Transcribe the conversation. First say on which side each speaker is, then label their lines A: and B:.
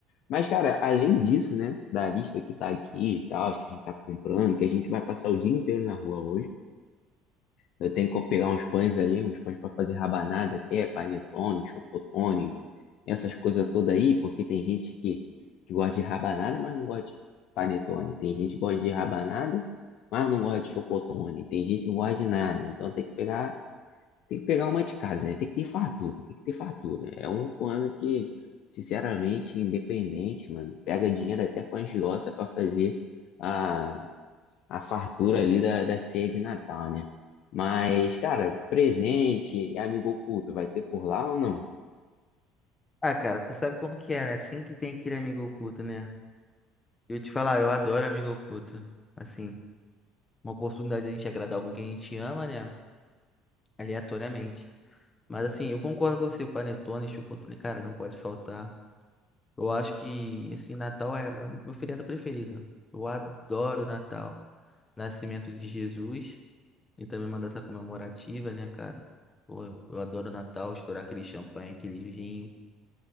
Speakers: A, on the left; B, on the left.
A: Mas, cara, além disso, né, da lista que tá aqui e tal, que a gente tá comprando, que a gente vai passar o dia inteiro na rua hoje, eu tenho que pegar uns pães ali, uns pães para fazer rabanada até, panetone, chocotone, essas coisas todas aí, porque tem gente que, que gosta de rabanada, mas não gosta de panetone. Tem gente que gosta de rabanada, mas não gosta de chocotone. Tem gente que não gosta de nada. Então tem que pegar tem que pegar uma de cada, né? Tem que ter fartura, tem que ter fartura. É o único ano que, sinceramente, independente, mano, pega dinheiro até com a agiota pra fazer a, a fartura ali da, da ceia de Natal, né? Mas, cara, presente e amigo oculto, vai ter por lá ou não?
B: Ah, cara, tu sabe como que é, né? Sempre tem aquele amigo oculto, né? Eu te falar, eu adoro amigo oculto. Assim, uma oportunidade de a gente agradar alguém que a gente ama, né? Aleatoriamente. Mas assim, eu concordo com você, o panetone, chocotone, cara, não pode faltar. Eu acho que, assim, Natal é meu, meu feriado preferido. Eu adoro Natal. Nascimento de Jesus e também uma data comemorativa, né, cara? Pô, eu, eu adoro Natal, estourar aquele champanhe, aquele vinho.